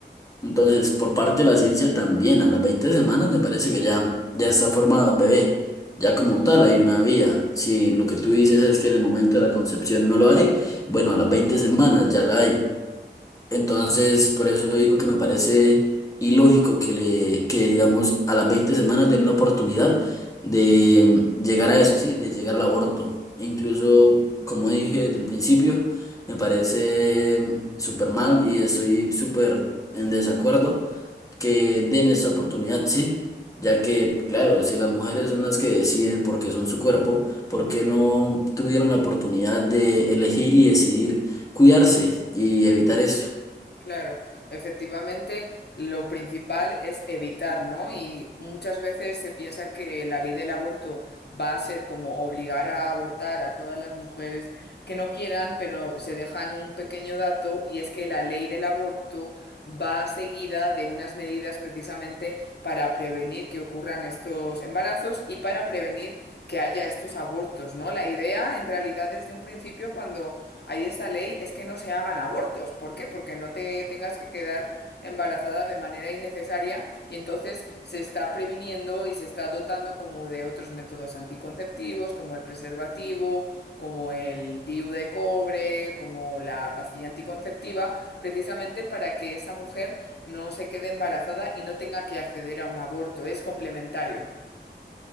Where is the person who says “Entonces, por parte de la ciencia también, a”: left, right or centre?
Left